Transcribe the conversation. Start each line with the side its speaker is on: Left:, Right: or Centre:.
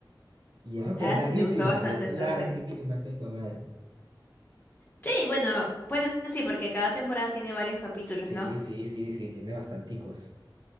Right: y eso que
Left: Ah,
Right: es larguísima,
Left: sí, te gustó bastante
Right: y es
Left: entonces.
Right: larguísima esa hijo de madre.
Left: Sí, bueno, bueno, sí, porque cada temporada tiene varios capítulos,
Right: Sí,
Left: ¿no?
Right: sí, sí, sí, tiene bastanticos.